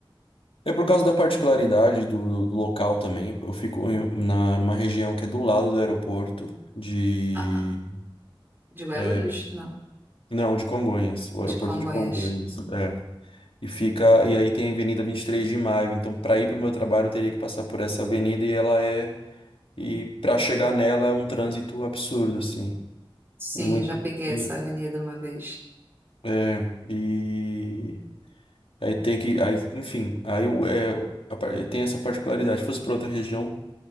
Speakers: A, on the left; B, on the right.
A: é por causa da particularidade do, do local também. Eu fico em- na, numa região que é do lado do aeroporto de
B: Ah, ah. de Guarulhos?
A: é,
B: Não,
A: não, de Congonhas, o
B: de
A: aeroporto
B: Congonhas.
A: de Congonhas, é. E fica, e aí tem a Avenida 23 de Maio, então para ir para o meu trabalho eu teria que passar por essa avenida e ela é e para chegar nela é um trânsito absurdo assim.
B: Sim,
A: E muito.
B: já peguei
A: E,
B: essa avenida uma vez.
A: é, e aí tem que. Aí, enfim, aí o- é, a par- tem essa particularidade. Se fosse para outra região,